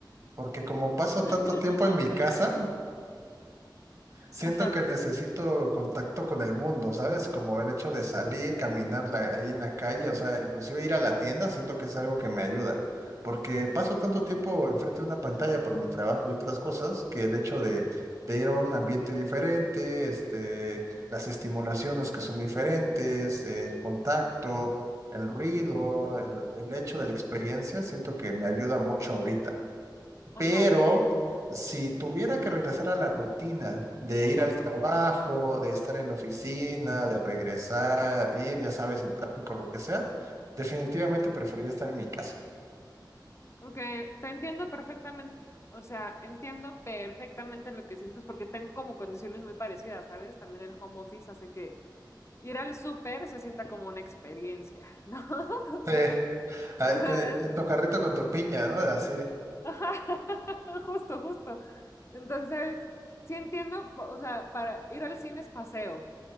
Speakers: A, on the right; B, on the left.
A: porque como paso
B: <laughs>
A: tanto tiempo en mi casa, Siento
B: Ajá,
A: que necesito contacto con el mundo, ¿sabes? Como el hecho de salir, caminar la- ahí en la calle, o sea, inclusive ir a la tienda, siento que es algo que me ayuda, porque paso tanto tiempo enfrente de una pantalla por mi trabajo y otras cosas, que el hecho de, de ir a un ambiente diferente, este, las estimulaciones que son diferentes, el contacto, el ruido, el, el hecho de la experiencia, siento que me ayuda mucho ahorita.
B: ajá.
A: Pero si tuviera que regresar a la rutina de ir al trabajo, de estar en la oficina, de regresar, ir, ya sabes, el tráfico, lo que sea, definitivamente preferiría estar en mi casa.
B: Ok, te entiendo perfectamente. O sea, entiendo perfectamente lo que sientes porque tengo como condiciones muy parecidas, ¿sabes? También el home office hace que ir al súper se sienta como una experiencia, ¿no? <laughs> O
A: Sí,
B: sea,
A: ah,
B: ¿sabes?
A: que- en tu carrito con tu piña, ¿no? Así,
B: Ajá, <laughs> justo, justo. Entonces, sí entiendo, o sea, para ir al cine es paseo,